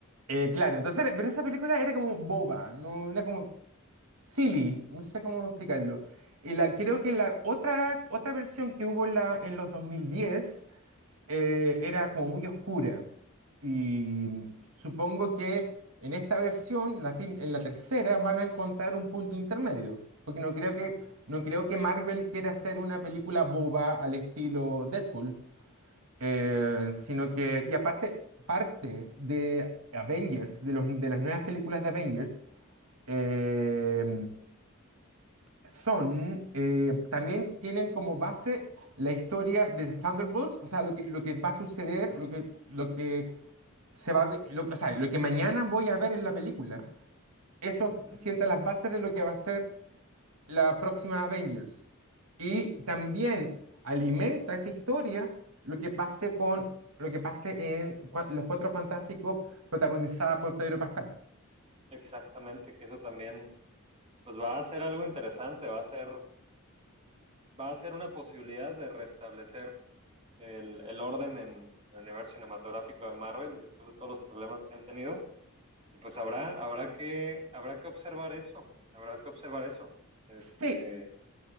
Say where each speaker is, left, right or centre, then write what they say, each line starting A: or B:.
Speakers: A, on the right; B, on the right.
A: Eh, claro, entonces, era- pero esa película era como boba, no era como silly, no sé cómo explicarlo. Y la,
B: Sí,
A: creo que la otra, otra versión que hubo en, la, en los 2010 eh, era como muy oscura. Y supongo que en esta versión, la fin- en la tercera, van a encontrar un punto intermedio. Porque no creo que, no creo que Marvel quiera hacer una película boba al estilo Deadpool, eh, sino que, y aparte, parte de Avengers, de, los- de las nuevas películas de Avengers, eh, son, eh, también tienen como base la historia de Thunderbolts, o sea, lo que, lo que va a suceder, lo que, lo que se va a ver- lo, o sea, lo que mañana voy a ver en la película, eso
B: ujú,
A: sienta las bases de lo que va a ser la próxima Avengers. Y también alimenta esa historia lo que pase con lo que pase en cua- Los Cuatro Fantásticos protagonizada por Pedro Pascal.
B: Exactamente, que eso también, pues va a ser algo interesante, va a ser, va a ser una posibilidad de restablecer el, el orden en el universo cinematográfico de Marvel después de todos los problemas que han tenido. Y pues habrá, habrá que, habrá que observar eso, habrá que observar eso. Este,
A: Sí,